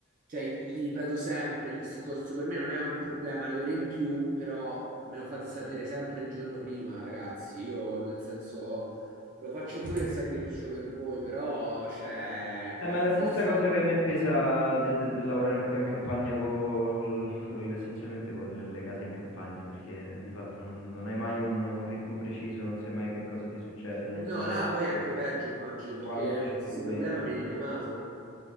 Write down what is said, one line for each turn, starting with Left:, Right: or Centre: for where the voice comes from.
Right: cioè gli, gli ripeto sempre il discorso, per me non è un problema le ore in più, però me lo fate sapere sempre il giorno prima, ragazzi. Io nel senso lo faccio pure il sacrificio per voi, però cioè,
Left: Eh,
Right: è
Left: ma
Right: un
Left: è la stessa
Right: po'
Left: cosa che a me pesa del, del- del lavorare qua in campagna col- essenzialmente con le, le case in campagna, perché di fatto non, non hai mai un, un ritmo preciso, non sai mai che cosa ti succede, non
Right: Eh, No,
Left: sai mai
Right: là poi è anche peggio, immagino, perché
Left: quanto ci
Right: qualsiasi
Left: devi mettere.
Right: problema viene chiamato.